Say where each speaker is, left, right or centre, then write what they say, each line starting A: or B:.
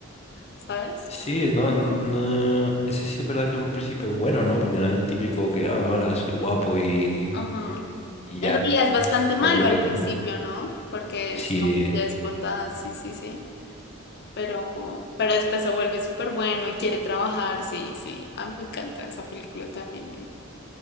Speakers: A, on the left (about 50°); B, on the left (about 30°).
A: ¿sabes?
B: Sí, no, n- no, eso sí es verdad que es un príncipe bueno, ¿no? Porque no es el típico que, ah, hola, soy guapo y,
A: Ajá.
B: y ya,
A: En realidad
B: <laughs>
A: es bastante
B: es
A: malo
B: todo lo que tengo.
A: al principio, ¿no? Porque
B: Sí,
A: es como déspota, sí, sí, sí. Pero, pero después se vuelve súper bueno y quiere trabajar, sí, sí. A mí me encanta esa película también, ¿eh?